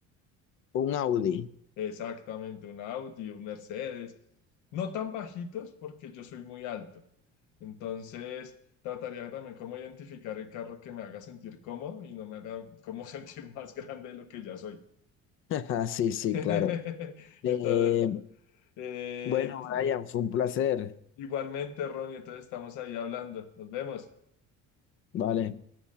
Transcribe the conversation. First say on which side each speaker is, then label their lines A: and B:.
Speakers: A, on the left; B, on the left.
A: un Audi,
B: Exactamente, un Audi, un Mercedes, no tan bajitos porque yo soy muy alto. Entonces, trataría también cómo identificar el carro que me haga sentir cómodo y no me haga como <laughs> sentir más grande de lo que ya soy.
A: <laughs> sí, sí,
B: <laughs>
A: claro. Eh,
B: Entonces, eh,
A: bueno, Brian, fue un placer,
B: igualmente, Ronnie, entonces estamos ahí hablando. Nos vemos.
A: vale.